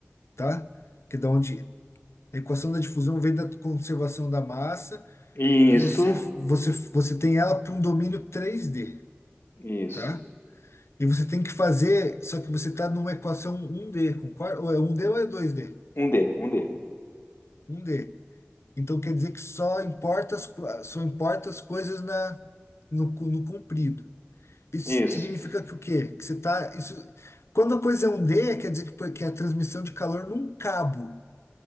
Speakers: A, on the left (about 75°); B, on the left (about 60°).
A: tá? Que é da onde a equação da difusão vem da conservação da massa,
B: Isso,
A: que você você você tem ela para um domínio três d
B: isso.
A: tá? E você tem que fazer, só que você está numa equação um d concorda? Ou é um d ou é dois d
B: Um D, um D.
A: um d Então quer dizer que só importa as, co- só importa as coisas na, no, cu- no comprido. Isso
B: Isso.
A: significa que o quê? Que você tá, isso, quando a coisa é um D, quer dizer que, foi- que é a transmissão de calor num cabo.